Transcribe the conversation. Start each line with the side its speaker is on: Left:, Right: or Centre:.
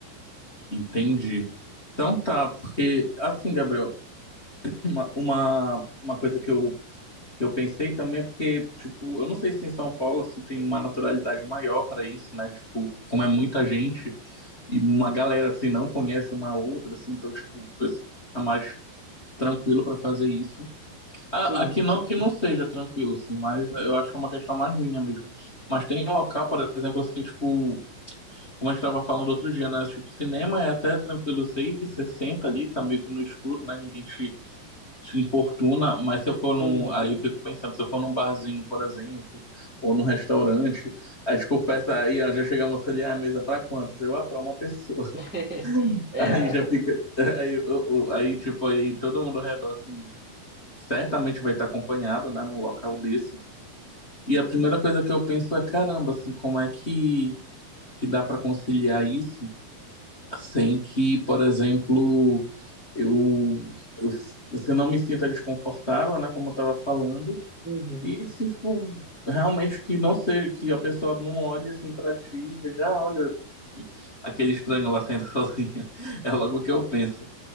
Left: Entendi. Então tá, porque assim, Gabriel, uma, uma, uma coisa que eu, que eu pensei também é porque, tipo, eu não sei se em São Paulo assim, tem uma naturalidade maior para isso, né? Tipo, como é muita gente e uma galera assim não conhece uma outra, assim, então, tipo, o pessoal tá mais tranquilo para fazer isso. A-
Centre: Sim.
Left: Aqui não que não seja tranquilo, assim, mas eu acho que é uma questão mais minha mesmo. Mas tem local, por exemplo, assim, tipo. Como a gente estava falando outro dia, né? Tipo, cinema é até tranquilo isso aí, que você senta ali, tá meio que no escuro, né? Ninguém te, te importuna, mas se eu for num.
Centre: Uhum.
Left: Aí eu fico pensando, se eu for num barzinho, por exemplo, ou num restaurante, aí tipo, peça aí, ó, já chegamos ali, ah, a mesa é pra quantos? Eu, ah, pra uma pessoa.
Centre: <laughs>
Left: <laughs>
Centre: É,
Left: Aí já fica. <laughs> Aí, ô, ô, aí tipo, aí todo mundo ao redor, assim, certamente vai estar acompanhado, né? Num local desse. E a primeira coisa que eu penso é, caramba, assim, como é que, que dá pra conciliar isso? sem que, por exemplo, eu, eu você não me sinta desconfortável, né, como eu tava falando,
Centre: Uhum.
Left: e se tipo, realmente que não sei, que a pessoa não olhe assim para ti e veja, ah, olha, aquele estranho lá saindo <laughs> sozinha. É logo o que eu penso.